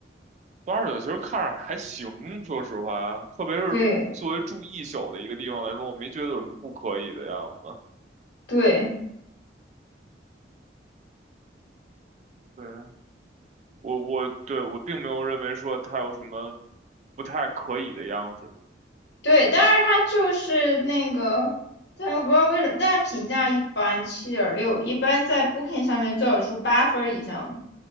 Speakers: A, on the right; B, on the left.
A: 八十九其实看着还行，说实话，特别是作为住一宿的一个地方来说，
B: 对
A: 我没觉得有什么不可以的样子。
B: 对
A: 对，我我对我并没有认为说它有什么不太可以的样子，
B: 对，但是它就是那个，但是我不知道为什么，但是评价一般，七点六，一般在 Booking 上面最好出八分儿以上的，